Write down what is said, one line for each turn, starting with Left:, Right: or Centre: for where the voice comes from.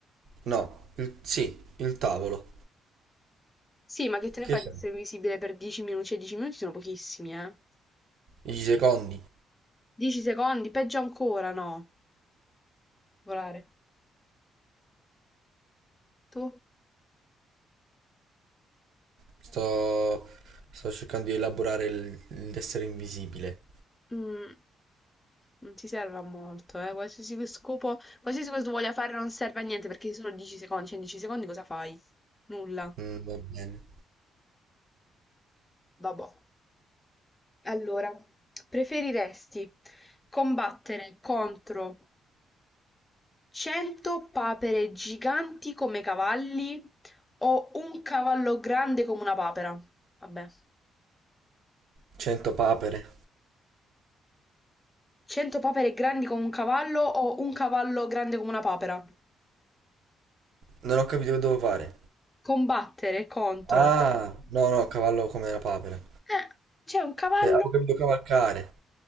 Right: No, il- sì, il tavolo.
Left: Sì, ma che te ne
Right: Che
Left: fai
Right: sei?
Left: di essere invisibile per 10 minuti? Cioè, 10 minuti sono pochissimi, eh.
Right: 10 secondi.
Left: 10 secondi, peggio ancora, no. Volare. Tu?
Right: Sto, sto cercando di elaborare il- l'essere invisibile.
Left: Mm, non ti serve a molto, eh. Qualsiasi scopo, qualsiasi cosa tu voglia fare non serve a niente perché solo 10 secondi, cioè in 10 secondi cosa fai? Nulla.
Right: Mm, va bene.
Left: Vabbè. Allora, preferiresti combattere contro 100 papere giganti come cavalli o un cavallo grande come una papera? Vabbè.
Right: 100 papere.
Left: 100 papere grandi come un cavallo o un cavallo grande come una papera?
Right: Non ho capito che devo fare.
Left: Combattere contro...
Right: Ah, no, no, cavallo come una papera.
Left: Eh, c'è un cavallo
Right: Eh, avevo capito cavalcare.